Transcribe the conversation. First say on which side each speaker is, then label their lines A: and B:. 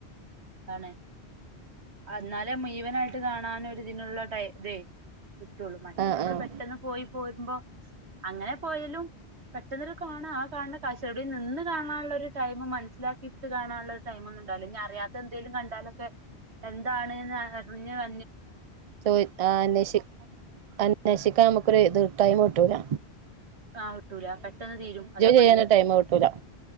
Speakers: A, on the right; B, on the right.
A: ആണ് വന്നാൽമുഴുവനായിട്ട് കാണൻ ഒരുതിനുള്ള ടൈ തെ കിട്ടുള്ളൂ മറ്റേ
B: ആഹ്
A: നമ്മള്
B: ആഹ്
A: പെട്ടെന്ന് പോയി പോരുമ്പോ അങ്ങനെ പോയലും പെട്ടെന്നൊരു കാണ ആ കാണുന്ന കാശോടിൽ നിന്ന് കാണാനുള്ള ഒരു ടൈം മനസ്സിലാ ഇട്ട് കാണാനുള്ള ടൈംഒന്നുംണ്ടല്ല അറിയാതെ എന്തങ്കിലും കണ്ട് ഇട്ടലൊക്കെ എന്താണ് ന്ന അറിഞ്ഞു വ
B: ചോ അന്വേഷി അന്വേഷിക്കാൻ നമുക്കൊരു എതിർ ടൈംമ് കി ട്ടൂല്ല
A: ആഹ് കിട്ടൂല പെട്ടെന്ന് തീരും അതാ പ്പള്ളത്
B: ചെയ്യാന് ടൈം കിട്ടൂല